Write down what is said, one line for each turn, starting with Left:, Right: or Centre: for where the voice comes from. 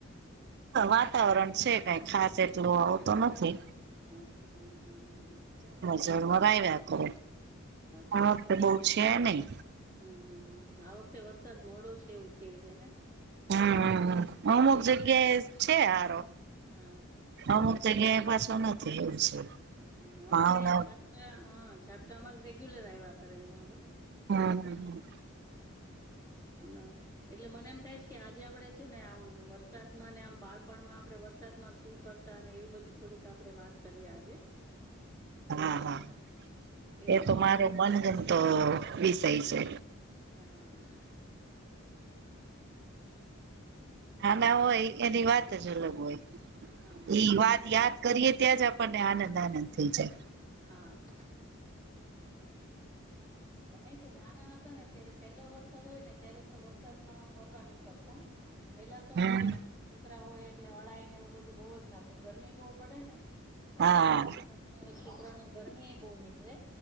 Right: વાતાવરણ છે કઈ ખાસ એટલું આવતું નથી.
Left: અચછા હમ હમ હ હ.
Right: જરમરાઈ રાખો
Left: અચ્છા
Right: હા ક બહુ છે નહી.
Left: હમ હમ હમ આ વખતે વરસાદ મોડો છે એવું કેહ છે ને.
Right: હમ હમ હ અમુક
Left: વચ્ચે
Right: જગ્યાએ
Left: કઈ
Right: છે હારો.
Left: હા
Right: અમુક જગ્યાએ પાછો નથી એવું છે.
Left: હ અમારેં
Right: ભાવના
Left: આઇ ઝાપટા હ ઝાપટા અમારે રેગ્યુલર આવ્યા કરે અહીયાં આગળ.
Right: હમ હમ હમ.
Left: હમ અને એટલે મને એમ થાય છ કે આજે આપણે છે ને આમ વરસાદમાં ને આમ બાળપણમાં આપણે વરસાદમાં શું કરતા અને એવી બધી થોડીક આપડે વાત કરીએ આજે. તો
Right: હા હા
Left: કે
Right: એ તો
Left: અ,
Right: મારે મનગમતો વિષય છે.
Left: એ હ
Right: નાના હોયએ એની વાત જ અલગ હોય
Left: હા
Right: ઈ વાત યાદ કરીએ ત્યાં જ આપણને આનંદ આનંદ થઈ જાય.
Left: હા. અમે તો નાના હતા ને ત્યારે પહેલો વરસાદ હોય ને ત્યારે તો વરસાદમાં ફરવા નીકળતા. પેહલા તો
Right: હમ
Left: હું છે ના છોકરા હોય એટલે અળાઈ ને એવું બધું બહુ જ થાતું ગરમી બહુ પડે ને. પછી
Right: હા
Left: <unintelligible> છોકરાઓને ગરમી એ બહુ નીકળે